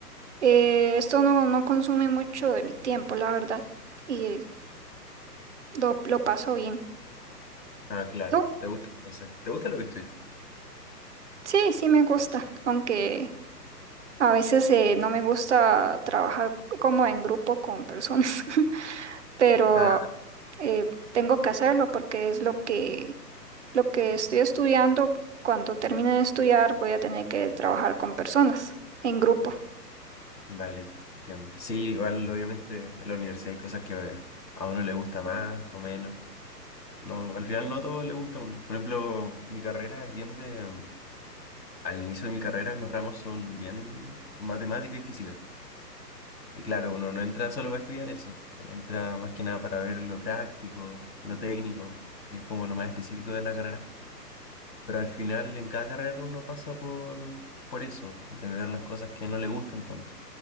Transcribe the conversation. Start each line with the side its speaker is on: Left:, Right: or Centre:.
Right: eh, esto no, no consume mucho de mi tiempo, la verdad. Y eh, lo, lo paso bien.
Left: Ah, claro.
Right: ¿Tú?
Left: ¿Te gusta entonces? ¿Te gusta lo que estudias?
Right: Sí, sí me gusta, aunque a veces eh, no me gusta trabajar como en grupo con personas. <laughs> pero
Left: Ah,
Right: eh, tengo que hacerlo porque es lo que, lo que estoy estudiando. Cuando termine de estudiar voy a tener que trabajar con personas en grupo.
Left: vale, entiendo. Sí, igual obviamente en la universidad hay cosas que a uno le gusta más o menos. No, al final no todo le gusta a uno. Por ejemplo, mi carrera es bien de... Al inicio de mi carrera los ramos son bien matemática y física. Y claro, uno no entra solo para estudiar eso. Entra más que nada para ver lo práctico, lo técnico, que es como lo más específico de la carrera. Pero al final en cada carrera uno pasa por, por eso, de ver las cosas que no le gustan tanto.